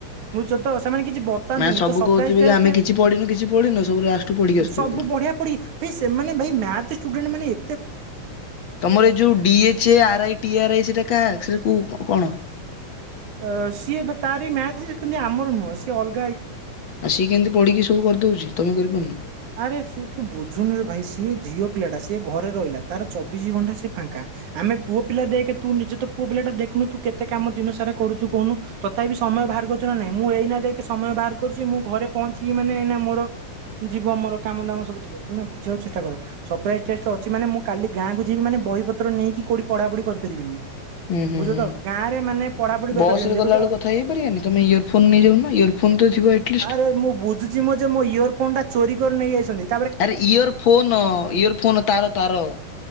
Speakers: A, on the right; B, on the left.
A: ବୁଝୁଛ ତ। ସେମାନେ କିଛି ବତାନ୍ତିନି
B: ମାନେ ସବୁ
A: ତ ସପ୍ରାଇଜ
B: କହୁଥିବେ
A: ଟେଷ୍ଟ
B: କି ଆମେ କିଛି ପଢିନୁ କିଛି ପଢିନୁ ସବୁ ଲାଷ୍ଟକୁ ପଢିକି ଆସୁଥିବେ
A: ସବୁ
B: ପୁରା।
A: ବଢ଼ିଆ ପୋଡି ସେମାନେ ଭାଇ ମ୍ୟାଥ୍ ଷ୍ଟୁଡେଣ୍ଟ ମାନେ ଏ
B: ତମର ଏଇ ଯୋଉ D H R I T R I ସେଟା କାକ୍ସରେ କୋଉ କଣ?
A: ଅ ସିଏ ତାର ମ୍ୟାଥ୍ ଯେ ଆମର ନୁହଁ ସିଏ ଅ
B: ଆସିକି କେମିତି ପଢିକି ସବୁ କରିଦଉଛି ତମେ କରିପାରୁନ।
A: ଆରେ ସିଏ ତୁ ବୁଝୁନୁରେ ଭାଇ ସିଏ ଝିଅ ପିଲାଟା ସିଏ ଘରେ ରହିଲା ତାର ଚବିଶି ଘଣ୍ଟା ସିଏ ଫାଙ୍କା। ଆମେ ପୁଅ ପିଲା ଦେକେ ତୁ ନିଜେ ତ ପୁଅ ପିଲା ଟା ଦେଖୁନୁ ତୁ କେତେ କାମ ଦିନ ସାରା କରୁଛୁ କହୁନୁ ତଥାପି ସପ୍ ସମୟ ବାହାର କରୁ ନା ନାଇଁ ମୁଁ ଏଇନା ଦେକି ସମୟ ବାହାର କରୁଛି ମୁଁ ଘରେ ପହଞ୍ଚିକି ମାନେ ଏନା ମୋର ଯିବ ଆମର କାମ ଦାମ ସବୁ ଯିବ ତମେ ବୁଝିବାକୁ ଚେଷ୍ଟା କର ସପ୍ରାଇଜ ଟେଷ୍ଟ ଅଛି ମାନେ ମୁଁ କାଲି ଗାଁକୁ ଯିବି ମାନେ ବହି ପତ୍ର ନେଇକି କୋଉଠି ପଢାପଢି କରିପାରିବିନି।
B: ହୁଁ ହୁଁ
A: ବୁଝ
B: ହୁଁ।
A: ତ ଗାଁ ରେ ମାନେ ପଢାପଢି
B: ବସ୍
A: କରିପାରିବେନି
B: ରେ
A: ଦେଖୁଛ
B: ଗଲାବେଳକୁ କଥା ହେଇପାରିବାନି ତମେ ଇୟର ଫୋନ ନେଇଯାଉନ ଇୟର ଫୋନ ତ ଥିବ ଆଟଲିଷ୍ଟ।
A: ଆରେ ମୁଁ ବୁଝୁଛି ମୋ ଯେ ମୋ ଇୟର ଫୋନ ଟା ଚୋରି କରି ନେଇ ଯାଇଛନ୍ତି।
B: ଆରେ ଇୟର ଫୋନ-ଇୟର ଫୋନ ତାର-ତାର